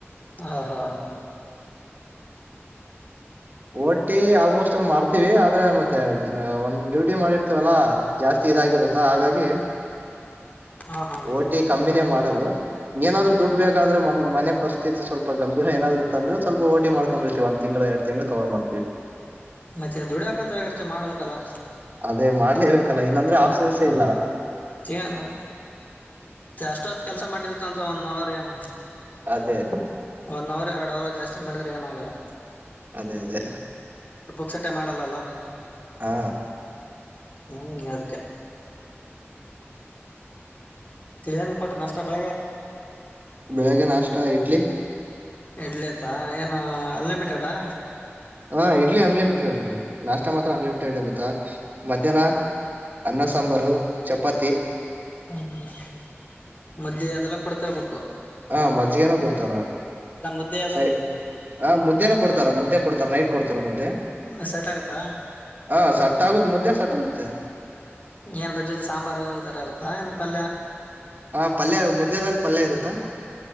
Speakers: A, on the left; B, on the right.
A: ಹಾ ಹಾ
B: ಓಟಿ ಆಲ್ಮೋಸ್ಟ್ ಎಲ್ ಮಾಡ್ತೀವಿ ಆದ್ರೆ ಮತ್ತೆ ಒಂದ್ ಡ್ಯೂಟಿ ಮಾಡಿರ್ತವಲ್ಲಾ ಜಾಸ್ತಿ ಇದಾಗಿರುತ್ತ ಹಾಗಾಗಿ
A: ಹ ಹಾ
B: ಓಟಿ ಕಮ್ಮಿನೇ ಮಾಡೋದು ಏನಾದ್ರು ಡ್ ಬೇಕಾದ್ರೆ ಮನೆ ಪರಿಸ್ಥಿ ಸ್ವಲ್ ಗಭೀರ ಏನಾದರು ಅಂದ್ರ ಸ್ವಲ್ಪ ಓಟ ಮಾಡ್ಕೊಂಬಿರ್ತಿ ಒ್ ತಿಂಗಳ ಎರ ತಿಂಗ್ ಕವರ್ ಮಾಡ್ತೀವಿ
A: ಮತ್ತೆ ದುಡಿಯಕಂತ ಹೋಗಿರ್ತಿ ಮಾಡ್ಬೇಕಲ್ಲ
B: ಅದೇ ಮಾಡ್ಲೇಬೇಕಲ್ಲ ಇಲ್ಲಾಂದ್ರೆ ಆಕ್ಸನ್ ಲ್ಲ
A: ಏನು ಎಷ್ಟೊತ್ ಕೆಲ್ಸ ಮಾಡಿರ್ತ ಅಂತ ಒಂದ ಅವರ ಏನು
B: ಅದೇ
A: ಒಂದು ಅವರ್ ಎರಡು ಅವರ್ ಜಾಸ್ತಿ ಮಾಡಿದೆ ಏನಾಗಲ್ಲ
B: ಅದೇ ಅದೇ
A: ಎಸಟೆ ಮಾಡಲ್ಲಲ್ಲ
B: ಹಾ
A: ಹ್ಮ್ ಅದ್ಕ ಏಏನ್ ಕೊಟರು ಅಷ್ಟ ಬೆಳಗ್
B: ಬೇಗನ್ ನಷ್ಟಾ ಇಡ್ಲಿ
A: ಇಡ್ಲಿತ ಏನು ಅನ್ಲಿಮಿಟೆಡಾ
B: ಹಾ ಇಡ್ಲಿ ಅನ್ಲಿಮಿಟೆಡ್ಬ ನಾಸ್ ತ್ರ ಅನ್ಲಿಮಿಟೆಡ್ ಇರುತ್ತ ಮಧ್ಯಾಹ್ನ ಅನ್ನ ಸಾಂಬಾರು ಚಪಾತಿ
A: ಹ್ಮ್ ಹ್ಮ್ ಮತ್ತೆ ಅದೆಲ್ಲ ಕೊಡ್ತಿರ್ಬೇಕು
B: ಹಾ ಮಜ್ಜಿಗೆನ ಕೊಡ್ತ
A: ಅಲ್ಲ ಮುದ್ದೆ ಅದು
B: ಸ ಹ ಮುದ್ದೆನ ಕೊಡ್ತಾರ ಮುದ್ದೆ ಕೊಡ್ತಾರ ನೈಟ್ ಕೊಡ್ತಾರ ಮುದ್ದೆ
A: ಸೆಟ್ ಆಗತ್ತಾ
B: ಅದೇ ಹ ಸಟ್ ಆಗುತ್ತ ಮುದ್ದೆ ಸಟ್ ಆಗುತ್ತೆ
A: ಏನ ಆದರ ಜೊತೆ ಸಾಂಬಾರು ಈ ತರ ಇರುತ್ತಾ ಏನ ಪಲ್ಯ
B: ಹಾ ಪಲ್ಯ ಮುದ್ದದಲ್ಲಿ ಪಲ್ಯ ಇರುತ್ತಾ